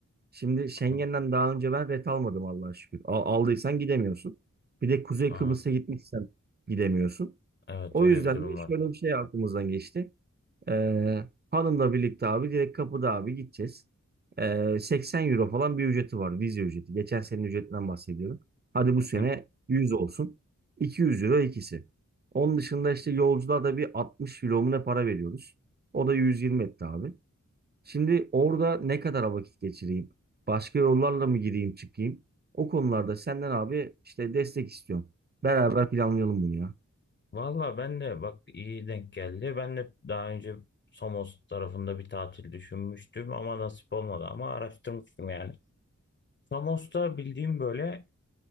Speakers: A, on the right (about 35°); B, on the left (about 40°).
A: Şimdi Schengen'den
B: Hı hı.
A: daha önce ben ret almadım Allah'a şükür. Al- aldıysan gidemiyorsun. Bir de Kuzey
B: Aa,
A: Kıbrıs'a gitmişsen gidemiyorsun.
B: evet
A: O
B: öyle
A: yüzden
B: bir durum
A: de şöyle
B: var.
A: bir şey aklımızdan geçti. Ee, hanımla birlikte abi direkt kapıda abi gideceğiz. Ee, 80 euro falan bir ücreti var. Vize ücreti. Geçen senenin ücretinden bahsediyorum. Hadi bu sene
B: Hı hı.
A: 100 olsun. 200 euro ikisi. Onun dışında işte yolculuğa da bir 60 euro mu ne para veriyoruz. O da 120 etti abi. Şimdi orada ne kadar vakit geçireyim? Başka yollarla mı gireyim çıkayım? O konularda senden abi işte destek istiyorum. Beraber planlayalım bunu ya.
B: Valla ben de bak iyi denk geldi. Ben de daha önce Samos tarafında bir tatil düşünmüştüm ama nasip olmadı ama araştırmıştım yani. Samos'ta bildiğim böyle